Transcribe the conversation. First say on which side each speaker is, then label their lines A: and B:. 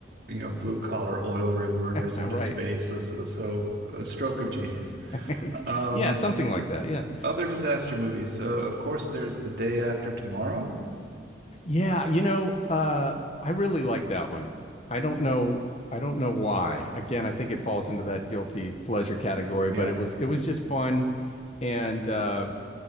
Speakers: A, on the right (about 55°); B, on the left (about 35°).
A: You know, blue collar oil rig workers
B: Right.
A: into space was, was so a stroke of genius.
B: <laughs>
A: Um,
B: yeah, something like that. Yeah.
A: Other disaster movies. Uh, of course, there's The Day After Tomorrow.
B: Yeah, you know, uh, I really like that one. I don't know I don't know why. Again, I think it falls into that guilty pleasure category,
A: Yeah.
B: but it was it was just fun and uh